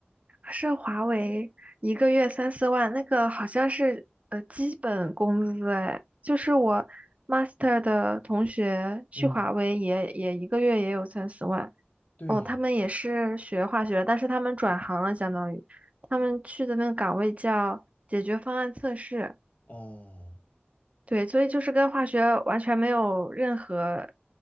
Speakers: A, on the right; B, on the left.
A: 是华为一个月三四万，那个好像是呃基本工资哎，就是我 master 的同学去华为也也一个月也有三四万
B: 嗯，对啊，
A: 哦，他们也是学化学的但是他们转行了，相当于他们去的那个岗位叫解决方案测试，
B: 哦，
A: 对，所以就是跟化学完全没有任何